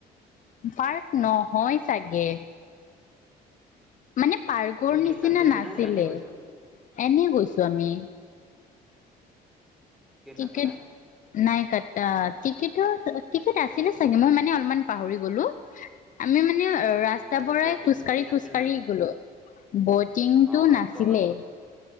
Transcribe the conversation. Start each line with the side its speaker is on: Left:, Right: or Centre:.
Left: পাৰ্ক নহয় চাগে মানে পাৰ্কৰ
Centre: তুমি টিকেট
Left: নিচিনা
Centre: কাটি গৈছা
Left: নাছিলে
Centre: নে এনে গৈছা
Left: এনে গৈছো আমি টিকেট
Centre: কাটা নাই
Left: নাই কাটা টিকটৰ টিকট
Centre: তাতে
Left: আছিলে
Centre: ব
Left: চাগে মই মানে অলপমান পাহৰি গলো। আমি মানে ৰাস্তা
Centre: তাতে
Left: পৰাই
Centre: বটিং
Left: খোজ
Centre: চটিং
Left: কাঢ়ি
Centre: আছিল
Left: খোজ
Centre: নে
Left: কাঢ়ি
Centre: নাই
Left: গলো বটিংটো
Centre: অ অলপ
Left: নাছিলে
Centre: তলত